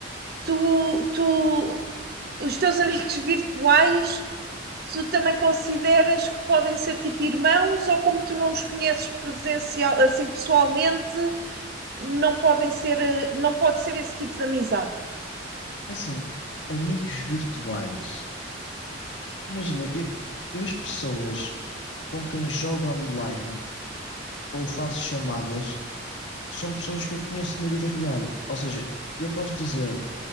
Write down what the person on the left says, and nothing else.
assim, amigos virtuais. Imagina, eu, eu as pessoas com quem jogo online ou faço chamadas. são pessoas que eu conheço na vida real. Ou seja, eu posso dizer